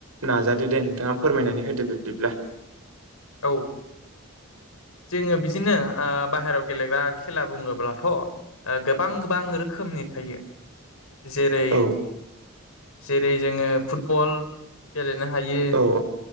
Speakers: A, on the right; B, on the left.
A: नाजादो दे नोंथाङा फोरमायनानै होदो बिब्दिब्ला
B: औ जोङो बिदिनो ओ बाहेरायाव गेलेग्रा खेला बुङोब्लाथ' ओ गोबां गोबां रोखोमनि थायो जेरै
A: औ
B: जेरै जोङो फुटबल गेलेनो हायो
A: औ